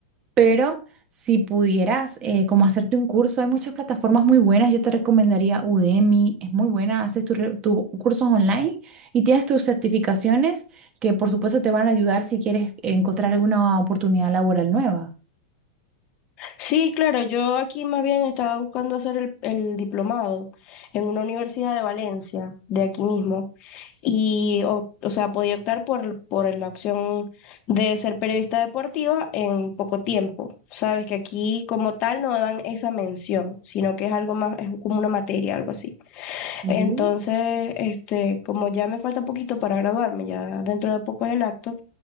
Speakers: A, on the right (about 25°); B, on the left (about 35°).
A: pero si pudieras, eh, como hacerte un curso, hay muchas plataformas muy buenas. Yo te recomendaría Udemy, es muy buena. Haces tus re- tus cursos online y tienes tus certificaciones que, por supuesto, te van a ayudar si quieres encontrar alguna oportunidad laboral nueva.
B: Sí, claro, yo aquí más bien estaba buscando hacer el, el diplomado en una universidad de Valencia, de aquí mismo. y, o, o sea, podía optar por, por la opción de ser periodista deportiva en poco tiempo. Sabes que aquí como tal no dan esa mención, sino que es algo más, es como una materia, algo así.
A: Ujú.
B: Entonces, este, como ya me falta poquito para graduarme, ya dentro de poco es el acto,